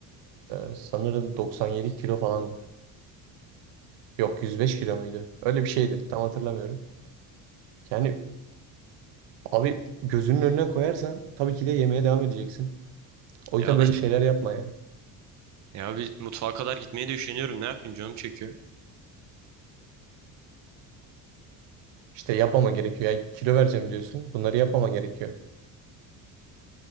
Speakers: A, on the right (about 85°); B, on the right (about 45°).
A: e, sanırım 97 kilo falandı. Yok 105 kilo muydu? Öyle bir şeydi. Tam hatırlamıyorum. Yani Abi gözünün önüne koyarsan tabii ki de yemeye devam edeceksin. O
B: Ya
A: yüzden
B: abi
A: böyle şeyler yapma yani.
B: Ya abi mutfağa kadar gitmeye de üşeniyorum. Ne yapayım canım çekiyor.
A: İşte yapmaman gerekiyor. Yani kilo vereceğim diyorsun. Bunları yapmaman gerekiyor.